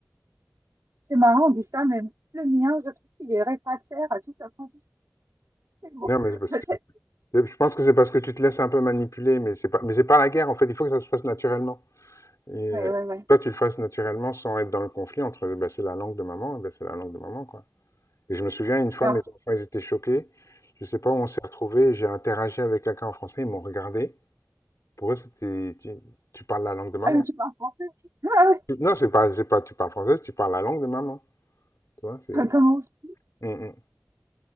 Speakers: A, on the right (about 80°); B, on the left (about 80°).
A: C'est marrant, on dit ça, mais le mien, je trouve qu'il est réfractaire à toute apprentissage. C'est bon,
B: Non, mais
A: <laughs>
B: c'est parce
A: peut-être.
B: que je pense que c'est parce que tu te laisses un peu manipuler, mais c'est pas, mais c'est pas la guerre, en fait. Il faut que ça se fasse naturellement. Et
A: Ouais,
B: euh,
A: ouais, ouais.
B: toi, tu le fasses naturellement sans être dans le conflit entre, bah, c'est la langue de maman, bah, c'est la langue de maman, quoi. Et je me souviens, une fois,
A: Mais
B: mes
A: en-
B: enfants, ils étaient choqués. Je ne sais pas où on s'est retrouvés. J'ai interagi avec quelqu'un en français. Ils m'ont regardé. Pour eux, c'était, tu, tu parles la langue de maman.
A: Ah, mais tu parles français. Ah ouais,
B: Tu- Non, c'est pas, c'est pas, tu parles française, tu parles la langue de maman. Tu vois, c'est.
A: Ah, comment aussi?
B: Mm, mm.